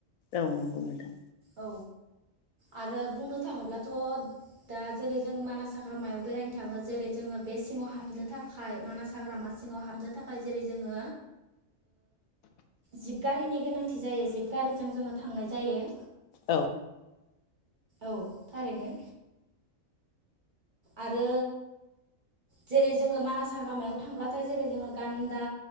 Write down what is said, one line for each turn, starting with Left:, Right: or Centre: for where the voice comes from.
Left: औ नंगौ नोंथां
Right: औ आरो बुंनो थाङोब्लाथ' दा जेरै जों मानास हाग्रामायाव बेरायनो थाङो जेरै जोङो बे सिङाव हाबनो थाखाय मानास हाग्रामा सिङाव हाबनो थाखाय जेरै जोङो जिबगारिनि गोनांथि जायो जिबगारिजों जोङो थांनाय जायो
Left: औ
Right: औ थारैनो आरो जेरै जोङो मानास हाग्रामायाव थांब्लाथाय जेरै जोङो गान्दा